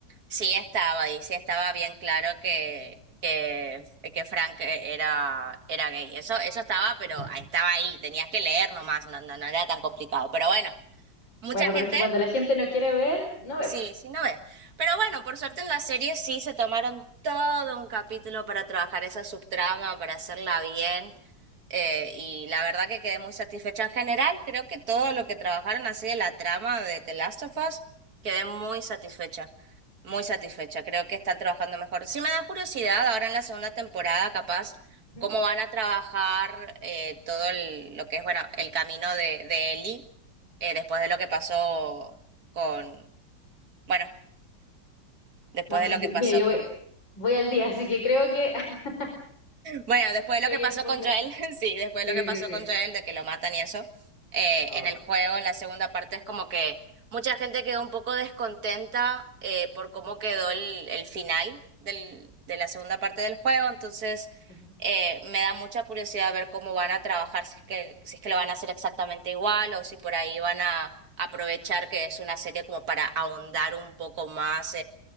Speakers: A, on the right; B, on the left.
A: sí estaba ahí, sí estaba bien claro que, que, que Frank e, era, era gay. Eso, eso estaba, pero
B: Ujú.
A: estaba ahí, tenías que leer nomás, no, no, no era tan complicado. Pero bueno. Mucha
B: Bueno,
A: gente
B: pero es que cuando la gente no quiere ver, no veo.
A: Sí, sí, no ves. Pero bueno, por suerte en la serie sí se tomaron todo un capítulo para trabajar esa subtrama, para hacerla bien. eh, y la verdad que quedé muy satisfecha en general. Creo que todo lo que trabajaron así de la trama de The Last of Us, quedé muy satisfecha. Muy satisfecha. Creo que están trabajando mejor. Sí me da curiosidad ahora en la segunda temporada, capaz,
B: Ujú.
A: cómo van a trabajar eh, todo el- lo que es, bueno, el camino de, de Ellie eh, después de lo que pasó con bueno, Después
B: No, sí,
A: de lo
B: yo,
A: que pasó
B: mira, yo
A: con...
B: voy, voy al día, así que creo que, <laughs>
A: Bueno, después de
B: creo
A: lo que
B: que
A: pasó
B: spoiler.
A: con Joel, <laughs> sí, después
B: Sí,
A: de lo que pasó
B: sí, sí.
A: con Joel, de que lo matan y eso, eh,
B: Ay.
A: en el juego, en la segunda parte, es como que mucha gente quedó un poco descontenta eh, por cómo quedó el, el final del, de la segunda parte del juego, entonces
B: Ujú.
A: eh, me da mucha curiosidad ver cómo van a trabajar, si es que, si es que lo van a hacer exactamente igual o si por ahí van a aprovechar que es una serie como para ahondar un poco más